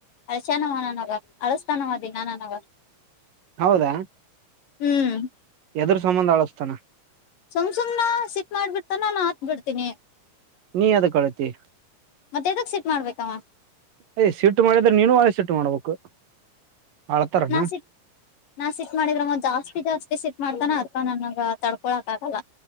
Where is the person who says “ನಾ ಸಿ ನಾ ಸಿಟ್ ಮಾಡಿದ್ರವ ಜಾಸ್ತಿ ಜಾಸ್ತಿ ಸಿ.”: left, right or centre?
Left